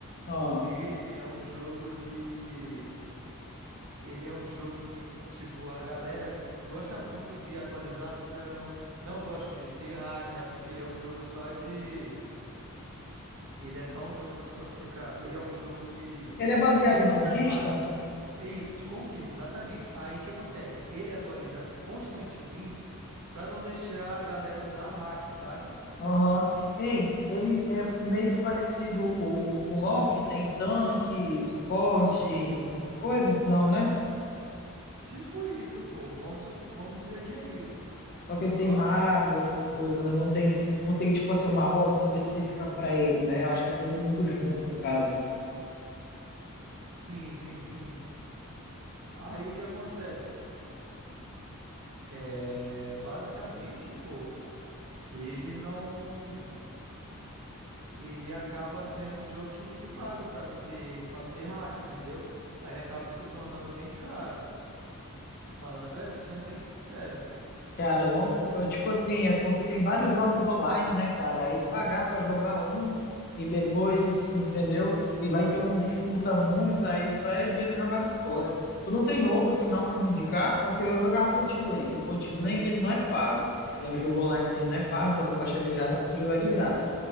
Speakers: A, on the left; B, on the right.
A: Aham.
B: Ele é um jogo de. Ele é um jogo que, tipo, a galera gosta muito de atualização, não gosta de ter hack, né? Porque ele é um jogo só de. Ele é só um jogo, como é que eu posso explicar? Ele é um jogo de.
A: Ele é baseado
B: De passar
A: em conquista?
B: de fase. É isso, de conquista, exatamente. Aí o que acontece? Ele atualiza constantemente pra não deixar a galera usar hack, sabe?
A: Aham. Ei, ele é meio que parecido o, o, com o LoL, que tem tanque, suporte, essas coisas? Não, né?
B: Exa- Tipo isso, pô. Vamos, su- vamos dizer que é isso.
A: Só que
B: Só
A: ele tem mago,
B: que.
A: essas coisas, né? Não tem, não tem tipo assim uma rota específica para ele, né? Eu acho que é todo mundo
B: Uhum.
A: junto no caso.
B: Sim, sim, sim. Aí o que acontece? É, basicamente, pô, ele não. Ele acaba sendo um jogo que, que pago pra não ter, para não ter hack, entendeu? Aí ele acaba se tornando bem caro. Falando a verdade, sendo bem sincero.
A: Cara, eu não, eu, tipo assim, é porque tem vários jogos online, né, cara? Aí
B: Uhum,
A: pagar pra jogar um e depois, entendeu? E vai que eu não curta muito, aí só é dinheiro jogado fora. Tu não tem outro senão pra me indicar? Porque eu jogava Point Blank. O Point Blank ele não é pago. Ele é um jogo online que ele não é pago, dá pra baixar de graça, dá pra tu jogar de graça.